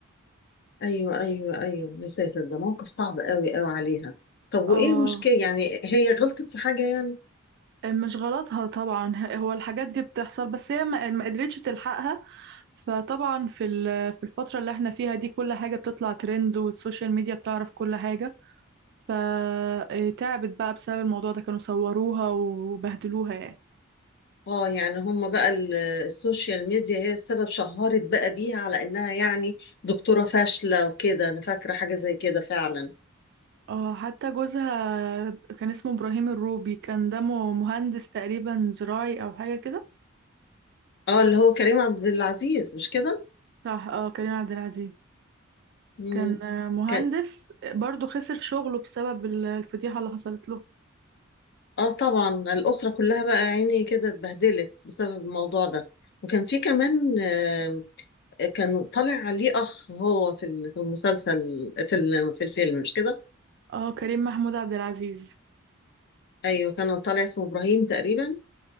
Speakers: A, on the left (about 50°); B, on the right (about 55°).
A: ايوه ايوه ايوه يا ساتر ده موقف صعب قوي قوي عليها طب
B: اه
A: وايه المشكلة يعني هي غلطت في حاجة يعني
B: مش غلطها طبعا ه- هو الحاجات دي بتحصل بس هي ما ما قدرتش تلحقها فطبعا في ال- في الفترة اللي احنا فيها دي كل حاجة بتطلع ترند والسوشيال ميديا بتعرف كل حاجة فتعبت بقى بسبب الموضوع ده كانوا صوروها وبهدلوها يعني
A: اه يعني هم بقى ال- السوشيال ميديا هي السبب شهرت بقى بيها على انها يعني دكتورة فاشلة وكده انا فاكرة حاجة زي كده فعلا
B: اه حتى جوزها كان اسمه إبراهيم الروبي كان دمه مهندس تقريبا زراعي أو حاجة كده
A: اه اللي هو كريم عبد العزيز مش كده
B: صح اه كريم عبد العزيز
A: امم
B: كان آه، مهندس
A: كان
B: برضه خسر شغله بسبب ال- الفضيحة اللي حصلت له
A: اه طبعا الأسرة كلها بقى عيني كده اتبهدلت بسبب الموضوع ده وكان في كمان آه، كان طالع عليه اخ هو في ال- في المسلسل في ال- في الفيلم مش كده
B: اه كريم محمود عبد العزيز
A: ايوه كان طالع اسمه ابراهيم تقريبا